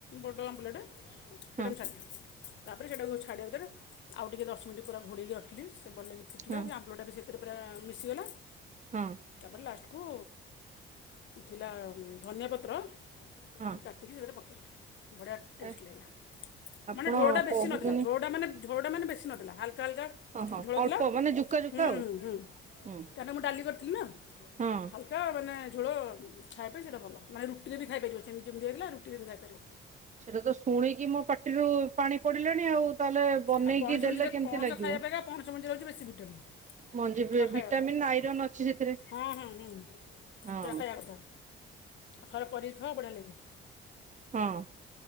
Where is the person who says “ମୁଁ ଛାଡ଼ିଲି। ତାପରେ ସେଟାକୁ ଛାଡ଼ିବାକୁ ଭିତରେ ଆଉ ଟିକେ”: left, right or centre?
Left